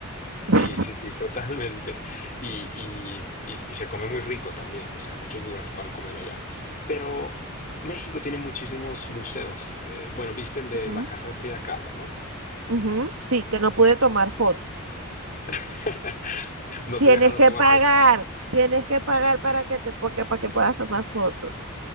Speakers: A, on the left (about 40°); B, on the right (about 75°).
A: Sí,
B: <laughs>
A: sí, sí, totalmente. Y, y, y, y se come muy rico también, o sea, hay muchos lugares para comer allá. Pero México tiene muchísimos museos. Eh, bueno, viste el de
B: Ujú,
A: la casa de Frida Kahlo, ¿no?
B: ujú, Sí, que no pude tomar fotos.
A: <laughs> No
B: Tienes
A: te dejaron
B: que
A: tomar
B: pagar,
A: fotos.
B: tienes que pagar para que te, porque, para que puedas tomar fotos.